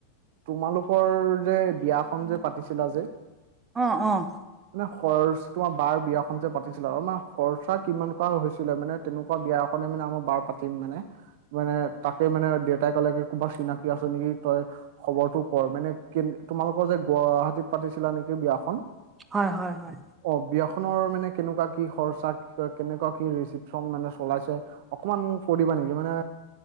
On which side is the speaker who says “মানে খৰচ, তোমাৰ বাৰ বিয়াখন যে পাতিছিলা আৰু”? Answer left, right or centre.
Right